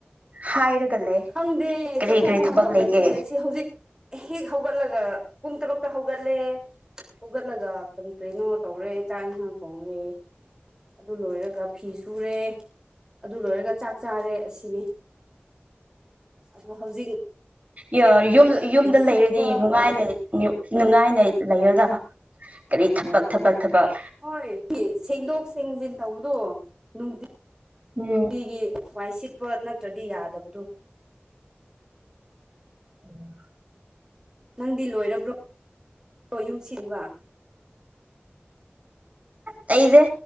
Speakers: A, on the right; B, on the right.
A: ꯍꯥꯏꯔꯒ ꯂꯩ
B: ꯈꯪꯗꯦ
A: ꯀꯔꯤ
B: ꯆꯠꯊꯣꯛꯄ
A: ꯀꯔꯤ ꯊꯕꯛ
B: ꯃꯇꯝ
A: ꯂꯩꯒꯦ
B: ꯂꯩꯇꯦ ꯁꯤ ꯍꯧꯖꯤꯛ ꯍꯦꯛ ꯍꯧꯒꯠꯂꯒ ꯄꯨꯡ ꯇꯔꯨꯛꯇ ꯍꯧꯠ ꯐꯒꯠꯂꯦ ꯍꯧꯒꯠꯂꯒ ꯀꯔꯤ ꯀꯔꯤꯅꯣ ꯇꯧꯔꯦ ꯆꯥꯛ ꯏꯟꯁꯥꯡ ꯊꯣꯡꯔꯦ ꯑꯗꯨ ꯂꯣꯏꯔꯒ ꯐꯤ ꯁꯨꯔꯦ ꯑꯗꯨ ꯂꯣꯏꯔꯒ ꯆꯥꯛ ꯆꯥꯔꯦ ꯑꯁꯤꯅꯤ ꯑꯗꯨ ꯍꯧꯖꯤꯛ
A: ꯌ ꯌꯨꯝꯗ
B: ꯁꯤꯠꯄ
A: ꯂꯩꯔꯗꯤ ꯅꯨꯡꯉꯥꯏꯅ ꯅꯨꯡꯉꯥꯏꯅ ꯂꯩꯌꯗ ꯀꯔꯤ ꯊꯕꯛ ꯊꯕꯛ ꯊꯕꯛ
B: ꯍꯣꯏ ꯁꯦꯡꯗꯣꯛ ꯁꯦꯡꯖꯤꯟ ꯇꯧꯕꯗꯣ ꯅꯨꯡꯇꯤ
A: ꯎꯝ
B: ꯅꯨꯡꯇꯒꯤ ꯋꯥꯏ ꯁꯤꯠꯄ ꯅꯠꯇ꯭ꯔꯗꯤ ꯌꯥꯗꯕꯗꯨ
A: ꯑꯣ
B: ꯅꯪꯗꯤ ꯂꯣꯏꯔꯕ꯭ꯔꯣ ꯌꯨꯝꯁꯤꯜꯂꯤꯕ
A: ꯗꯦ